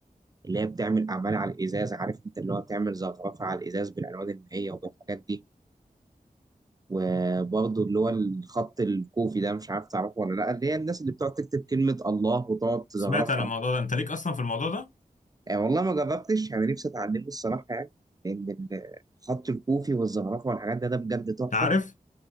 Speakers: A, on the right; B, on the left.
A: اللي هي بتعمل أعمال على الإزاز عارف أنت اللي هو بتعمل زخرفة على الإزاز بالألوان المائية وبالحاجات دي وبرضه اللي هو الخط الكوفي ده مش عارف تعرفه ولا لأ اللي هي الناس اللي بتقعد تكتب كلمة الله وتقعد تزخرفها
B: سمعت عن الموضوع ده انت ليك اصلا في الموضوع ده
A: يعني والله ما جربتش أنا نفسي أتعلمه الصراحة يعني لأن الخط الكوفي والزخرفة والحاجات ده ده بجد تحفة
B: انت عارف